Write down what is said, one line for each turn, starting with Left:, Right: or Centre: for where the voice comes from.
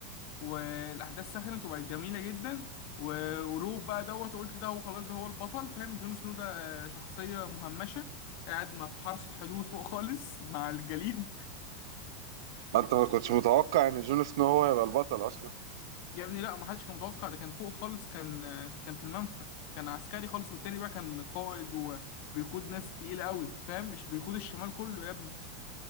Left: والاحداث سخنت وبقت جميله جدا و- وروب بقى دوت قلت ده هو خلاص ده هو البطل فاهم جون سنو ده آه، شخصيه مهمشه قاعد ما في حرس الحدود فوق خالص مع الجليد
Right: ما انت ما كنتش متوقع ان جون سنو هو هيبقى البطل اصلا
Left: <laughs> يا ابني لا ما حدش كان متوقع ده كان فوق خالص كان آه، كان في المنفى كان عسكري خالص والتاني بقى كان قائد وبيقود ناس تقيله قوي فاهم مش بيقود الشمال كله يا ابني